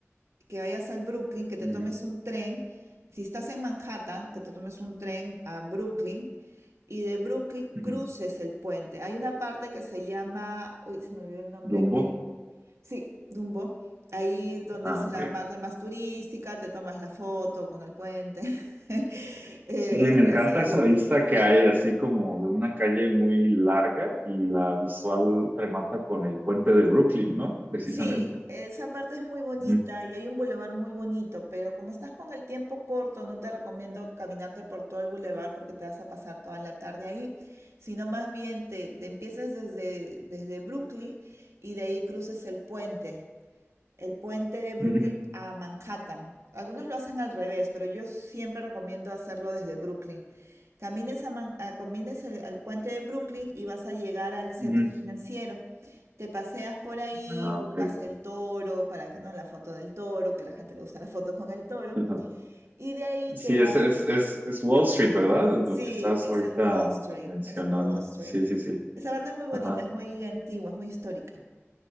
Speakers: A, on the right; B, on the right.
A: que vayas al Brooklyn, que te
B: ujú,
A: tomes un tren, si estás en Manhattan, que te tomes un tren a Brooklyn y de Brooklyn
B: ujú.
A: cruces el puente. Hay una parte que se llama, uy, se me olvidó el nombre,
B: Dumbo.
A: que, sí, Dumbo, ahí donde
B: Ah,
A: es la
B: ok.
A: parte más turística, te tomas la foto con el puente. <laughs> Eh,
B: Sí, me
A: es
B: encanta
A: re- sí,
B: esa vista que hay, así como de una calle muy larga y la visual remata con el puente de Brooklyn, ¿no? Precisamente.
A: Sí, esa parte es muy bonita
B: Ujú,
A: y hay un bulevar muy bonito, pero como estás con el tiempo corto, no te recomiendo caminarte por todo el bulevar porque te vas a pasar toda la tarde ahí, sino más bien te, te empiezas desde, desde Brooklyn y de ahí cruces el puente el puente de Brooklyn
B: ujú,
A: a Manhattan. Algunos lo hacen al revés, pero yo siempre recomiendo hacerlo desde Brooklyn. Camines, a Man- a- camines el- al puente de Brooklyn y vas a llegar al centro
B: ujú.
A: financiero. Te paseas por ahí,
B: Ah, ok.
A: buscas el toro, para que no la foto del toro, que a la gente le gusta la foto con el toro,
B: Ajá.
A: y de ahí
B: Sí,
A: te vas.
B: es, es, es, es Wall Street, ¿verdad?
A: Sí,
B: Lo que estás
A: es
B: ahorita
A: el Wall Street,
B: mencionando.
A: es el Wall Street.
B: Sí, sí, sí.
A: Esa parte es muy bonita,
B: Ajá.
A: es muy antigua, es muy histórica.